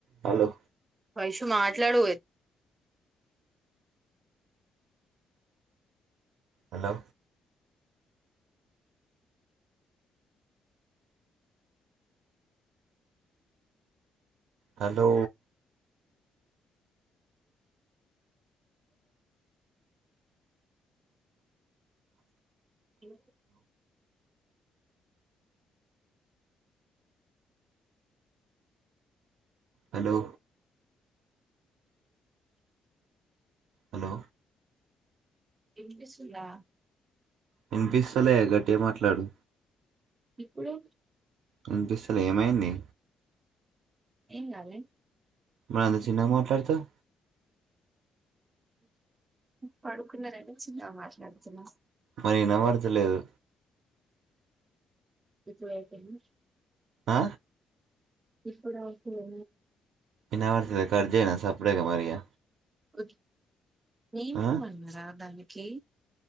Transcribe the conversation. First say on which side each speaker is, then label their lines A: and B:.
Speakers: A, on the right; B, on the right.
A: Hello
B: Vaishu మాట్లాడు
A: hello hello
B: ఇ
A: hello hello
B: వినిపిస్తుందా
A: వినిపిస్తలే గటగా మాట్లాడు
B: ఇప్పుడు
A: అనిపిస్తలే ఏమైంది
B: ఏం కాల
A: మరి అంత చిన్నగ మాట్లాడుతావ్
B: పడుకున్న రని చిన్నగా మాట్లాడుతున్న
A: మరి వినవర్త లేదు
B: ఎప్పుడైతే ఏమి
A: ఆ
B: ఇప్పుడు ఓకే ఆ
A: నివస కట్ చేయనా సప్పుడేగా మరి ఇగ
B: అ నేనే
A: ఆ
B: మన్నారా దాన్ని కి